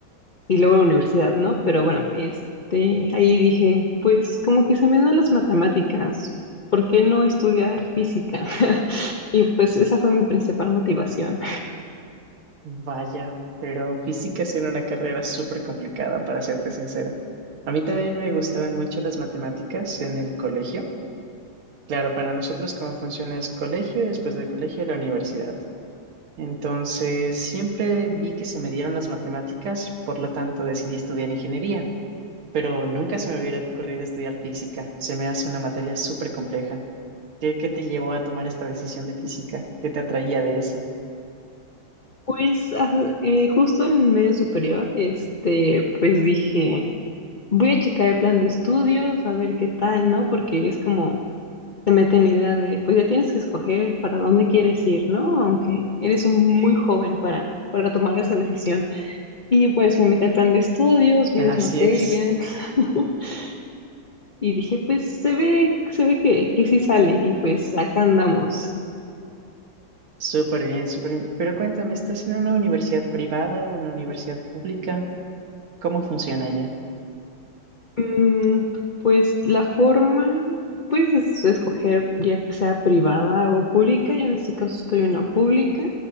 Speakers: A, on the left; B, on the right.
A: y luego la universidad, ¿no? Pero bueno, este, ahí dije, pues como que se me dan las matemáticas, ¿por qué no estudiar física? <laughs> Y pues esa fue mi principal motivación.
B: Vaya, pero física era una carrera súper complicada, para serte sincero. A mí también me gustaban mucho las matemáticas en el colegio. Claro, para nosotros cómo funciona es colegio, después del colegio la universidad. Entonces, siempre vi que se me dieron las matemáticas, por lo tanto decidí estudiar ingeniería, pero nunca se me hubiera ocurrido estudiar física. Se me hace una materia súper compleja. ¿Qué, qué te llevó a tomar esta decisión de física? ¿Qué te atraía de eso?
A: Pues ah, eh, justo en medio superior, este, pues dije, voy a checar el plan de estudios, a ver qué tal, ¿no? Porque es como, te meten la idea de, pues ya tienes que escoger para dónde quieres ir, ¿no? Aunque eres un muy joven para, para tomar esa decisión. Y pues me metí al plan de estudios, vi
B: Así
A: las materias
B: es.
A: <laughs> y dije, pues se ve, se ve que, que sí sale y pues acá andamos
B: Súper bien, súper bien. Pero cuéntame, ¿estás en una universidad privada o una universidad pública? ¿Cómo funciona allá?
A: Mm, pues la forma, puedes es- escoger ya sea privada o pública. Yo en este caso estoy en la pública,